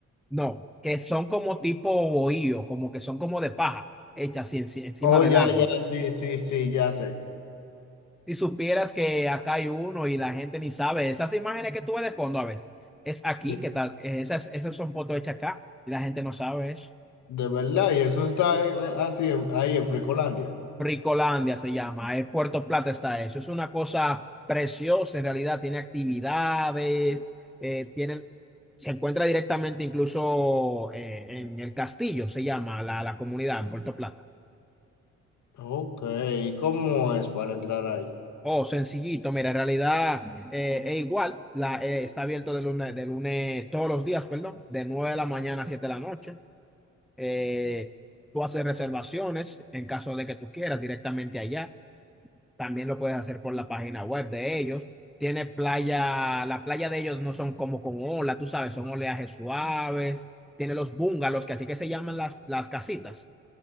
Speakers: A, in the centre; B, on the left (about 70°).
A: No, que son como tipo bohío, como que son como de paja, hechas así enci- encima
B: Oh,
A: del
B: ya,
A: agua.
B: ya, sí, sí, sí, ya sé.
A: si supieras que acá hay uno y la gente ni sabe, esas imágenes que tú ves de fondo a veces, es aquí,
B: Sí.
A: ¿qué tal? Esas, esas son fotos hechas acá y la gente no sabe eso.
B: De verdad, y eso está en- en- así en- ahí en Fricolandia.
A: Ricolandia se llama, es Puerto Plata está eso, es una cosa preciosa en realidad, tiene actividades, eh, tienen, se encuentra directamente incluso eh, en el castillo, se llama la, la comunidad en Puerto Plata.
B: Ok, ¿y cómo es para entrar ahí?
A: Oh, sencillito, mira, en realidad eh, es igual, la, eh, está abierto de lunes, de lunes todos los días, perdón, de 9 de la mañana a 7 de la noche. Eh, tú haces reservaciones en caso de que tú quieras directamente allá. También lo puedes hacer por la página web de ellos. Tiene playa, la playa de ellos no son como con ola, tú sabes, son oleajes suaves. Tiene los bungalows, que así que se llaman las, las casitas